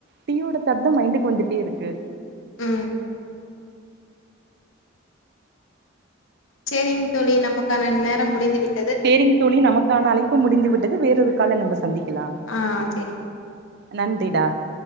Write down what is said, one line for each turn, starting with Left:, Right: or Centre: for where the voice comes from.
Right: டீயோட தாட் தா மைண்டுக்கு வந்துட்டே இருக்கு
Left: ம் சேரிங் தோழி நமக்கான நேரம் முடிந்து விட்
Right: சேரிங் தோழி நமக்கான அழைப்பு முடிந்து விட்டது வேற ஒரு கால்ல நம்ம சந்திக்கலா
Left: ஆ சேரி
Right: நந்திடா